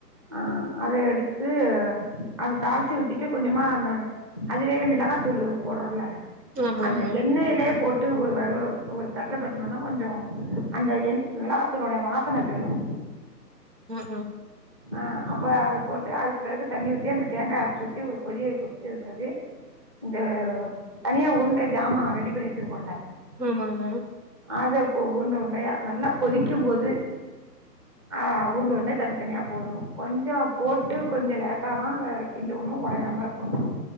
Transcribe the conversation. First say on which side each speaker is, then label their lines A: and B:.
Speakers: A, on the right; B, on the right.
A: ஆஹ் அத எடுத்து அத தாளிச்சு ஊத்திட்டு கொஞ்சமா அதுலே மிளகாத்தூள் போடுறோம்ல
B: ஆமா
A: அந்த
B: ஆமா
A: எண்ணெய்லே போட்டு ஒரு வரும் ஒரு பெட்டை பெட்டணன்னா கொஞ்சம் அந்த என் மிளகாத்தூளுடைய வாசன போயிடும்
B: அஹ் ஆஹ்
A: ஆஹ் அப்ப ஆ போட்டு அதுக்கு பிறகு தண்ணி ஊத்தி அந்த தேங்காய அரச்சு ஊத் ஒரு கொதிய கொதிச்சது பிறகு இந்த தனிய உண்டை சாமான் ரெடி பண்ணி வச்சிருக்கோம்ல
B: ஆமா ஆமா
A: அதப்ப உருண்டை உருண்டயா நல்லா கொதிக்கும் போது ஆஹ் உருண்ட உருண்டயா தனித்தனியா போடணும் கொஞ்சம் போட்டு கொஞ்சம் லேட்டா தான் அத கிண்டோணும் உடயாம இருக்கணும்